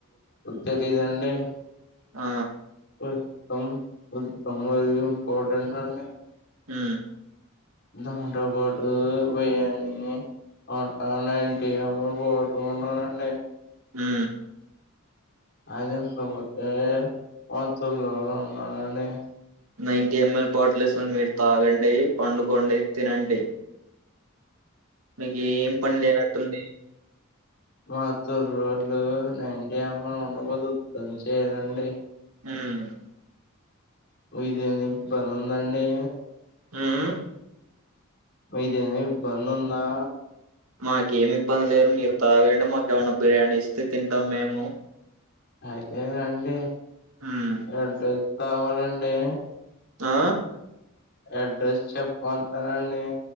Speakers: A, on the left; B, on the right.
A: తెలియదండి
B: ఆ
A: <unintelligible> ఇంపటెంట్ అండి
B: మ్
A: దాంతో పాటు బిర్యానీ వండుతానండి <unintelligible> అండి
B: హు
A: అదికాపోతే <unintelligible> ఉన్నారండి
B: నైన్టీ ఎంఎల్ బాటిల్స్ని మీరు తాగండి పండుకోండి తినండి మీకు ఏం పని లేనట్టుంది
A: మా తోరూర్ లో నైంటీ ఏం ల్ ఉండపోతే దంచేదండి
B: మ్
A: మీదేని ఇబ్బందుందా అండి
B: మ్ మ్
A: మీదేని ఇబ్బందుందా
B: మాకేమి ఇబ్బంది లేదు మీరు తాగండి మాకు ఏమన్నా బిర్యానీ ఇస్తే తింటాం మేము
A: అయితే రండి
B: హ్మ్
A: అడ్ర కావాలండి
B: ఆ
A: అడ్రస్ చెప్పంమంటారా అండి